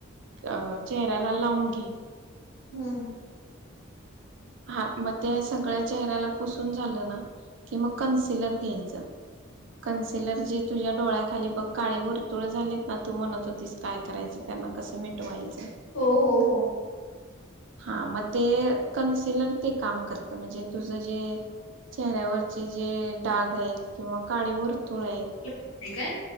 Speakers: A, on the right; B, on the left.
A: अ चेहऱ्याला लावून घे.
B: हूं
A: हा मग त्या सगळ्या चेहऱ्याला पुसून झालं ना की मग कन्सिलर घ्यायचं. कन्सिलर जी तुझ्या डोळ्याखाली बघ काळी वर्तुळ झालेत ना तू म्हणत होतीस. काय करायचं त्यांना कसं मिटवायचं.
B: हो हो हो.
A: हा मग ते कन्सिलर ते काम करत म्हणजे तुझं जे चेहऱ्यावरचे जे डाग आहेत किंवा काळी वर्तुळ आहेत.
B: ठीक आहे